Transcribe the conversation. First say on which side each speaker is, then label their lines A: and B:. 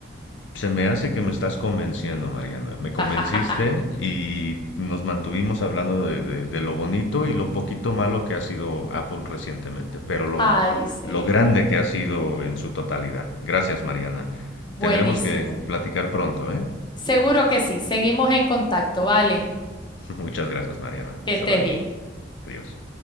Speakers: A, on the left (about 75°); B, on the left (about 25°).
A: se me hace que me estás convenciendo, Mariana. Me convenciste
B: <laughs>
A: y nos mantuvimos hablando de, de- de lo bonito y lo poquito malo que ha sido Apple recientemente, pero lo,
B: Ay, sí.
A: lo grande que ha sido en su totalidad. Gracias, Mariana.
B: Buenísimo.
A: Tendremos que platicar pronto, ¿eh?
B: Seguro que sí. Seguimos en contacto, ¿vale?
A: <laughs> Muchas gracias, Mariana.
B: Que
A: Hasta
B: estés
A: luego.
B: bien.
A: Adiós.